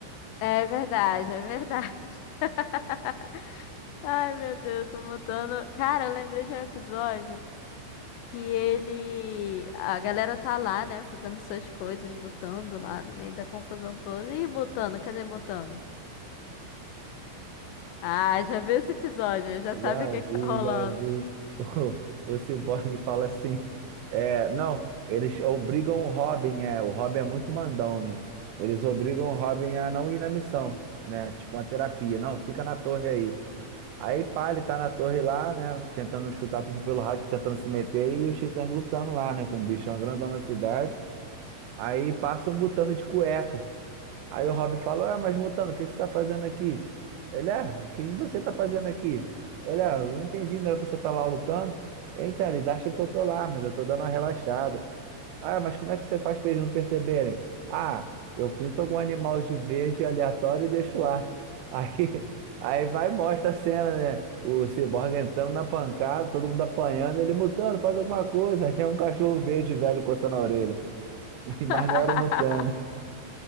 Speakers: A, on the left; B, on the right.
A: é verdade, é verdade. <laughs> Ai, meu Deus, o Mutano. Cara, eu lembrei de um episódio que ele. A galera tá lá, né? Fazendo suas coisas, lutando lá no meio da confusão toda. Ih, Mutano, cadê Mutano? Ah, já viu esse episódio, né? Já
B: Já
A: sabe o que
B: vi,
A: que tá rolando.
B: já vi. <laughs> O, o Cyborg fala assim: é, não, eles obrigam o Robin, é, o Robin é muito mandão, né? Eles obrigam o Robin a não ir na missão, né? Tipo uma terapia. Não, fica na torre aí. Aí, pá, ele tá na torre lá, né? Tentando escutar tudo pelo rádio, tentando se meter, e os titãs lutando lá, né? Com o bichão grandão na cidade. Aí passa um mutano de cueca. Aí o Rob falou: Ah, mas Mutano, o que que você está fazendo aqui? Ele, ah, o que você está fazendo aqui? Olha, eu não entendi, não era pra você estar lá lutando. Então, eles acham que eu tô lá, mas eu tô dando uma relaxada. Ah, mas como é que você faz pra eles não perceberem? Ah, eu pinto algum animal de verde aleatório e deixo lá. <laughs> Aí, aí vai e mostra a cena, né? O Cyborg entrando na pancada, todo mundo apanhando, ele Mutano, faz alguma coisa. <laughs> Aí é um cachorro verde velho coçando a orelha. <laughs>
A: <laughs>
B: Mas não era o Mutano.